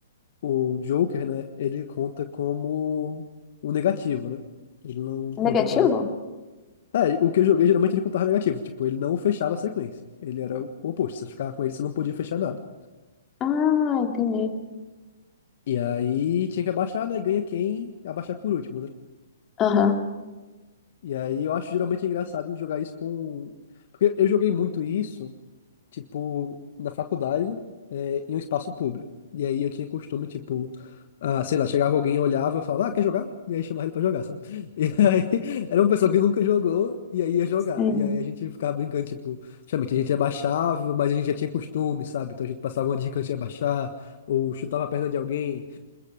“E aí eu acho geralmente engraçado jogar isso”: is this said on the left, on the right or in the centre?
Left